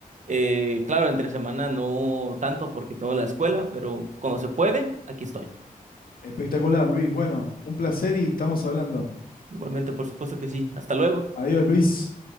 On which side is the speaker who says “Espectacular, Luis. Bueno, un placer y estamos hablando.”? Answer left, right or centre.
Left